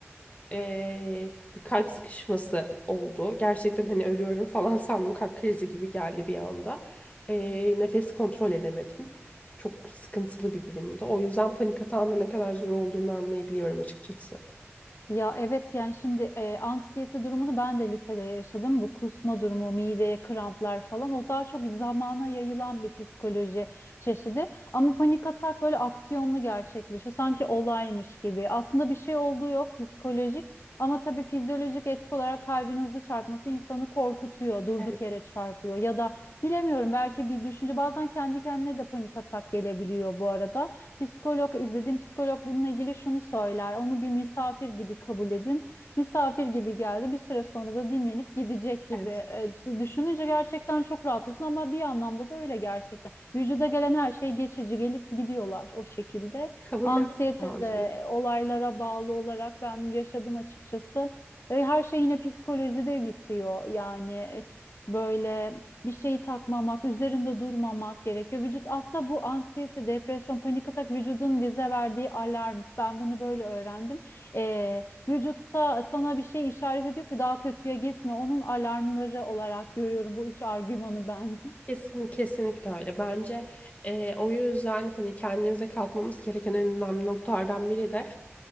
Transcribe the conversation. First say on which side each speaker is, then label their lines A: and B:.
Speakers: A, on the left; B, on the left.
A: eee, bir kalp sıkışması oldu. Gerçekten hani ölüyorum falan <laughs> sandım. Kalp krizi gibi geldi bir anda. Eee, nefes kontrol edemedim. Çok sıkıntılı bir durumdu. O yüzden panik atağında ne kadar zor olduğunu anlayabiliyorum açıkçası.
B: Ya evet yani şimdi e, anksiyete durumunu ben de lisede yaşadım. Bu kusma durumu, mideye kramplar falan o daha çok zamana yayılan bir psikoloji çeşidi. Ama panik atak böyle aksiyonlu gerçekleşiyor. Sanki olaymış gibi. Aslında bir şey olduğu yok psikolojik ama tabii fizyolojik etki olarak kalbin hızlı çarpması insanı korkutuyor, durduk
A: Evet,
B: yere çarpıyor ya da bilemiyorum belki bir düşünce bazen kendi kendine de panik atak gelebiliyor bu arada. Psikolog izledim psikolog bununla ilgili şunu söyler. Onu bir misafir gibi kabul edin. Misafir gibi geldi. Bir süre sonra da dinlenip gidecek gibi.
A: evet.
B: E, düşününce gerçekten çok rahatlıyorsun ama bir anlamda da öyle gerçekten. Vücuda gelen her şey geçici gelip gidiyorlar o şekilde.
A: Kabullenmek
B: Anksiyete
A: lazım.
B: de olaylara bağlı olarak ben yaşadım açıkçası. E, Her şey yine psikolojide bitiyor. Yani e, böyle bir şeyi takmamak, üzerinde durmamak gerekiyor. Vücut aslında bu anksiyete, depresyon, panik atak vücudun bize verdiği alarm. Ben bunu böyle öğrendim. Ee, vücutta sana bir şey işaret ediyor ki daha kötüye gitme. Onun alarmları olarak görüyorum bu üç argümanı ben. <laughs>
A: Kesin, kesinlikle öyle. Bence eee, o yüzden hani kendimize katmamız gereken en önemli noktalardan biri de